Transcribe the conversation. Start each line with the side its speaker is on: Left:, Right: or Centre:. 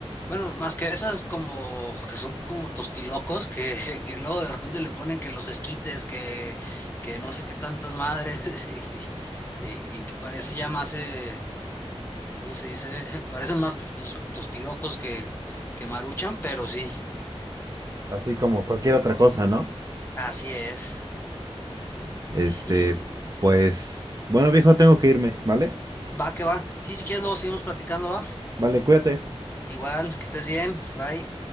Left: Bueno, más que esas como que son como tostilocos que, <laughs> que luego de repente le ponen que los esquites, que, que no sé qué tantas madres <laughs> y, y- y que parece ya más, eh, ¿cómo se dice? <laughs> Parecen más pues, tostilocos que, que maruchan, pero sí,
Right: Así como Cualquier otra cosa, ¿no?
Left: así es.
Right: Este,
Left: Sí,
Right: pues, bueno, viejo, tengo que irme, ¿vale?
Left: va que va. Sí, si quieres, luego seguimos platicando, va.
Right: Vale, cuídate.
Left: Igual, que estés bien. Bye.